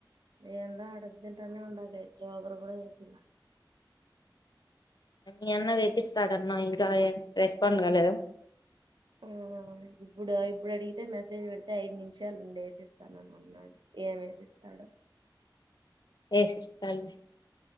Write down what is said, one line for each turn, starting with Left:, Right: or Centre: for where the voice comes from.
Right: ఏంద అడగ తింటనే ఉండది షుగరు కూడా ఏపీయాల
Left: మీ అన్న వేపిస్తాడన్నవ్ ఇంకా రెస్పడ్ కాలేదా
Right: ఆ ఇప్పుడు ఇప్పుడు అడిగితే మెసేజ్ పెడితే ఐదు నిమిషాలు ఉండే స్తానని అన్నాడు ఏమ్ ఏపిస్తాడో
Left: ఏసిస్తాడు లే